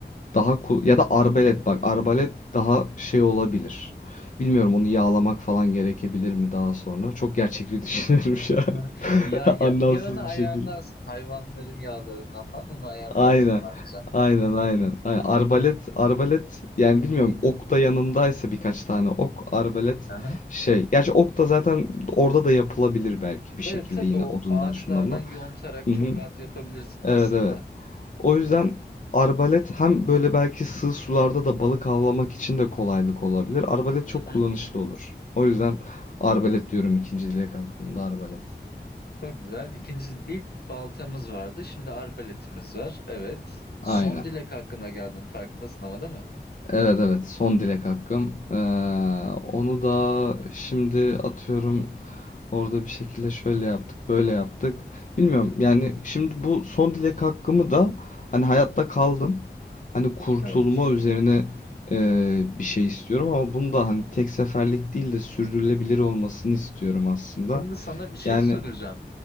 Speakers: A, on the left; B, on the left.
A: Daha ku- ya da arbalet bak arbalet daha şey olabilir. Bilmiyorum onu yağlamak falan gerekebilir mi daha sonra. Çok gerçekçi <laughs> düşünüyorum şu an.
B: <laughs> Ya, ya
A: <laughs> Anlamsız
B: yağını ayarlarsın.
A: bir şekilde.
B: Hayvanların yağlarına falan onu ayarlarsın
A: Aynen.
B: bence.
A: Aynen aynen. Aynen. Arbalet arbalet yani bilmiyorum ok da yanındaysa birkaç tane ok arbalet
B: Aha.
A: şey. Gerçi ok da zaten orada da yapılabilir belki bir şekilde
B: Evet tabii
A: yine
B: o
A: odundan
B: ağaçlardan
A: şundan bundan.
B: yontarak
A: Hı
B: çok
A: hı.
B: rahat yapabilirsin
A: Evet
B: aslında.
A: evet. O yüzden arbalet hem böyle belki sığ sularda da balık avlamak için de kolaylık olabilir. Arbalet
B: Hı
A: çok kullanışlı
B: hı.
A: olur. O yüzden arbalet diyorum ikinci dilek aklımda arbalet.
B: Çok güzel. İkinci, ilk baltamız vardı. Şimdi arbaletimiz var. Evet. Son
A: Aynen.
B: dilek hakkında geldin. Farkındasın ama değil mi?
A: Evet evet son dilek hakkım. Ee, onu da şimdi atıyorum orada bir şekilde şöyle yaptık böyle yaptık. Bilmiyorum yani şimdi bu son dilek hakkımı da hani hayatta kaldım. Hani kurtulma
B: Evet.
A: üzerine e, bir şey istiyorum ama bunu da hani tek seferlik değil de sürdürülebilir olmasını istiyorum aslında.
B: Şimdi sana bir şey
A: Yani
B: soracağım.